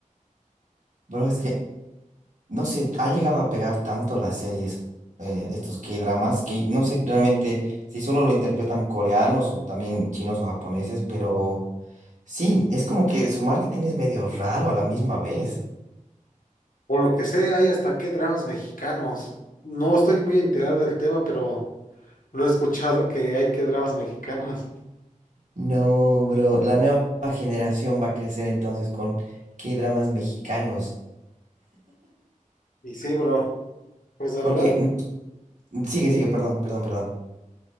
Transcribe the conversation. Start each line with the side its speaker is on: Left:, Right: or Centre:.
Right: Pero es que, no sé, ha llegado a pegar tanto las series, eh, estos K-dramas, que no sé realmente si solo lo interpretan coreanos o también chinos o japoneses, pero sí, es como que su marketing es medio raro a la misma vez.
Left: Por lo que sé, hay hasta qué dramas mexicanos. No estoy muy enterado del tema, pero lo he escuchado que hay que dramas mexicanos.
Right: No, bro, la nueva generación va a crecer entonces con K-dramas mexicanos,
Left: Y sí, bro, pues la
Right: porque,
Left: verdad,
Right: n- sigue, sigue, perdón, perdón, perdón.